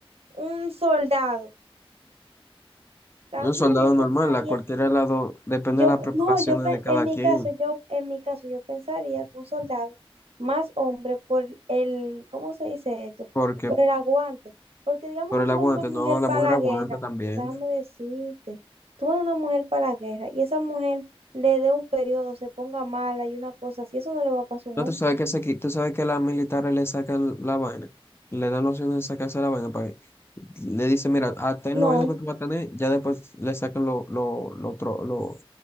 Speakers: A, on the right (about 80°); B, on the left (about 25°).
A: un soldado, también
B: Un soldado
A: yo
B: normal,
A: pensaría.
B: a cualquier lado, depende
A: Yo,
B: de la
A: pe-
B: preparación
A: no, yo pe-
B: de cada
A: en mi
B: quien,
A: caso, yo, en mi caso, yo pensaría que un soldado más hombre por el, ¿cómo se dice esto?
B: porque
A: Por el aguante. Porque digamos
B: por
A: que
B: el
A: tú
B: aguante,
A: mandas una
B: no,
A: mujer
B: la
A: para
B: mujer
A: la
B: aguanta
A: guerra,
B: también.
A: déjame decirte, tú mandas una mujer para la guerra y esa mujer le dé un periodo, se ponga mala y una cosa así, eso no le va a pasar a un
B: No, tú
A: hombre.
B: sabes que se, qui- tú sabes que a las militares le sacan la vaina, le dan la opción de sacarse la vaina para que le dicen, mira, ah, ten
A: No,
B: los hijos que tú vas a tener, ya después le sacan lo, lo, lo otro, lo,